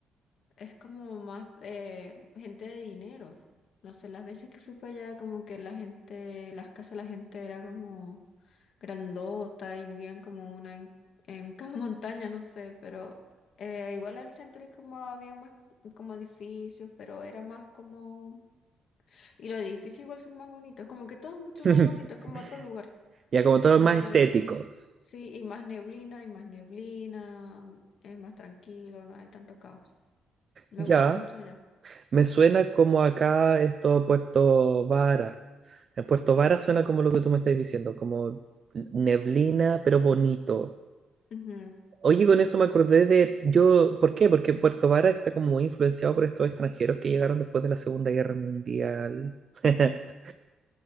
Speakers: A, on the left; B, on the right.
A: es como más eh, gente de dinero. No sé, las veces que fui para allá, como que la gente, las casas de la gente era como grandota y vivían como una en, en cada <laughs> montaña, no sé, pero eh, igual al centro y como había más como edificios, pero era más como... Y los edificios igual son más bonitos, como que todo es mucho
B: <laughs>
A: más bonito, es como otro lugar.
B: Ya, como todos
A: Entonces,
B: más estéticos.
A: sí, y más neblina, y más neblina, es más tranquilo, no hay tanto caos. Me
B: Ya,
A: gustó mucho allá.
B: me suena como acá esto Puerto Varas. En Puerto Vara suena como lo que tú me estás diciendo, como neblina, pero bonito.
A: Ujú.
B: Oye, con eso me acordé de yo, ¿por qué? Porque Puerto Vara está como muy influenciado por estos extranjeros que llegaron después de la Segunda Guerra Mundial. <laughs>